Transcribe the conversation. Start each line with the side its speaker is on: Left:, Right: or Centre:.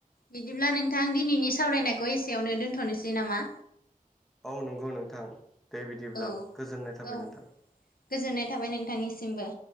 Left: बिदिब्ला नोंथां दिनैनि सावरायनायखौ एसेयावनो दोन्थ'नोसै नामा?
Centre: औ नंगौ नोंथां दे बिदिब्ला
Left: औ
Centre: गोजोननाय थाबाय
Left: औ
Centre: नोंथां।
Left: गोजोननाय थाबाय नोंथांनिसिमबो।